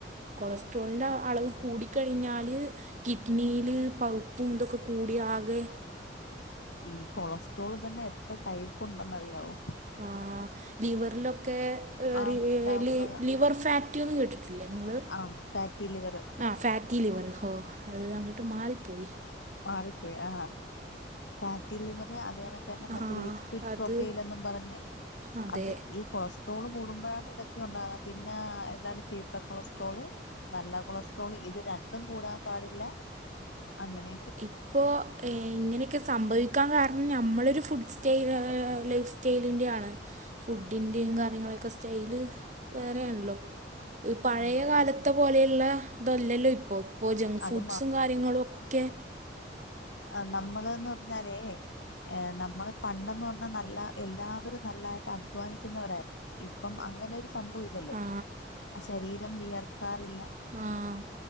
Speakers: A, on the right; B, on the left.
A: കൊളസ്ട്രോൾന്റാ അളവ് കൂടിക്കഴിഞ്ഞാല് കിഡ്ണീല് പൗപ്പും ഇതൊക്കെ കൂടി ആകെ
B: ഈ കൊളസ്ട്രോളും തന്നെ എത്ര ടൈപ്പൊണ്ടെന്നറിയാവോ?
A: ആഹ് ലിവർലൊക്കെ ഏറിയാല്
B: ആ ഇതാവുന്നതാ
A: ലിവർ ഫാ റ്റ് ന്ന് കേട്ട്ട്ടില്ലേ നിങ്ങള്
B: ആഹ് ഫാറ്റി ലിവറ്
A: ആഹ് ഫാറ്റി ലിവറ് ഹോ അത് അങ്ങട്ട് മാറിപ്പോയി
B: മാറിപ്പോയി ആഹ് ഫാറ്റീ ലിവറ് അതെ കണ
A: ആ
B: മറ്റെ ലിക്വിഡ്
A: അത്
B: പ്രൊഫൈലെന്നും പറഞ്ഞ്
A: അതെ
B: അത് ഈ കൊളസ്ട്രോള് കൂടുമ്പഴാണ് ഇതൊക്കെ ഒണ്ടാന്ന പിന്നെ എന്താണ് ചീത്ത കൊളസ്ട്രോള്. നല്ല കൊളസ്ട്രോള് ഇത് രണ്ടും കൂടാൻ പാടില്ല. അങ്ങനെ
A: ഇപ്പോ. ഇങ്ങനെയൊക്കെ സംഭവിക്കാൻ കാരണം ഞമ്മളൊരു ഫുഡ് സ്റ്റൈൽ ഏഹ് ലൈഫ് സ്റ്റൈലിന്റെ ആണ്. ഫുഡിന്റെയും കാര്യങ്ങളൊക്കെ സ്റ്റൈല് വേറെ ആണല്ലോ. പഴയ
B: ആ
A: കാലത്തെ പോലെയുള്ള ഇതല്ലല്ലോ ഇപ്പോ ഇപ്പോ ജങ്ക്
B: അത്
A: ഫുഡ്സും കാര്യങ്ങളും ക്കെ
B: ആഹ് നമ്മള്ന്ന് പറഞ്ഞാലേ. ഏഹ് നമ്മള് പണ്ടന്ന് പറഞ്ഞാൽ നല്ല എല്ലാവരും നല്ലായിട്ട് അധ്വാനിക്കുന്നവരായിരുന്നു. ഇപ്പം അങ്ങനെ ഒരു സംഭവം ഇല്ലല്ലോ.
A: ആ
B: ആഹ് ശരീരം വിയർക്കാറില്ല.
A: ആഹ്